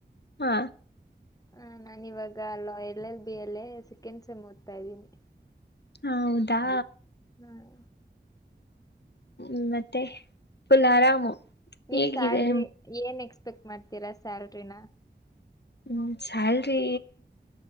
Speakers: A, on the left (about 65°); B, on the left (about 20°).
A: ಹಾ
B: ಹ ನಾನ ಇವಾಗ ಲಾಯಲ್ ಎಲ್ ಎಲ್ ಬಿಯಲ್ಲೇ ಸಿಕೆಂಡ್ ಸೆಮ್ ಓದ್ತಾ ಇದ್ದೀನಿ.
A: ಹೌದಾ.
B: ಹ್ಮ್
A: ಹ್ಮ್ ಮತ್ತೆ ಫುಲ್ ಆರಾಮು.
B: ನೀವ್
A: ಹೇಗಿದೆ
B: ಸ್ಯಾಲ್ರಿ ಏನ್ ಎಕ್ಸ್ಪೆಕ್ಟ್ ಮಾಡ್ತೀರಾ ಸ್ಯಾಲ್ರಿನ.
A: ಹ ಸ್ಯಾಲ್ರಿ